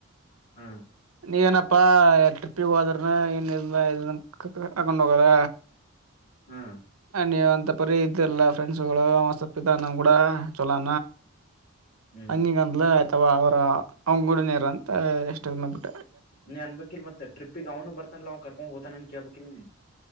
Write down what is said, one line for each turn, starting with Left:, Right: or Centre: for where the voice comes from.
Left: ಹಾ
Right: ನೀಗ ಏನಪ್ಪಾ ಟ್ರಿಪ್ಪಿಗೆ ಹೋದ್ರ ಏನ್ ಇದ ಕಕೊಂಡ್ ಹೋಗದ
Left: ಹಾ
Right: ನೀ ಅಂತ ಪರಿ ಇದ್ದ್ರಲ್ಲ ಫ್ರೆಂಡ್ಸ್ ಗಳುಪ್ಪ ನ ಕೂಡ ಚಲೋ
Left: ಹ್ಮ್
Right: ಹಂಗಿಗೆಂದ್ಲ ಅಥವಾ ಅವರ ಅವ್ಡನೇರ ಅಂತ ಎಷ್ಟ ಬಿಟ್ಟ
Left: ನೀ ಅನ್ ವಕೀಲ್ ಮತ್ತ ಟ್ರಿಪಿಗನು ಬರ್ತಾನಲ್ಲಾಕ ಹೊತಾನ ಕ ವಕೀಲ